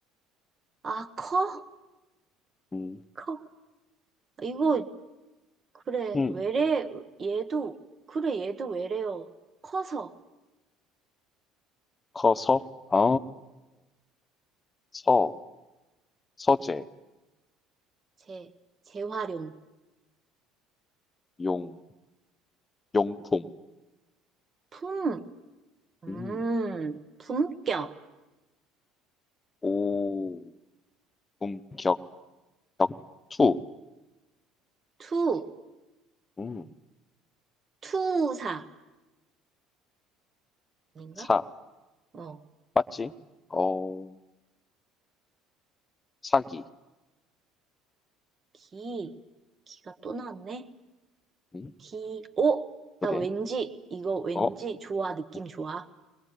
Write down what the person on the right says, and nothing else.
아, 커?
커? 이거 그래,
외래, 얘도, 그래, 얘도 외래어. 커서,
재, 재활용.
품, 음,
품격.
투,
투사. 아닌가?
어,
기, 기가 또 나왔네.
기, 오!
나 왠지, 이거 왠지
좋아, 느낌
좋아.